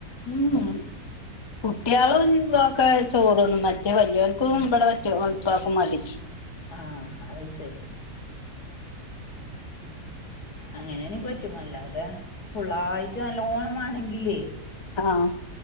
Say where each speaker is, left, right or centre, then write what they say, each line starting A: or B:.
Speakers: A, on the left; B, on the left.
A: ഉം കുട്ട്യാളുംതൊക്കെ ചോറ്ന്നും മറ്റേ വല്യോൽക്കും ഇബടെ റ്റും ഇപ്പാക്കും മതി
B: ആഹ് അത് ശെരി അങ്ങനെയാണങ്കി പറ്റും അല്ലാതെ ഫുള്ളായിട്ട് നല്ലോണംമാണെങ്കിലേ
A: ആഹ്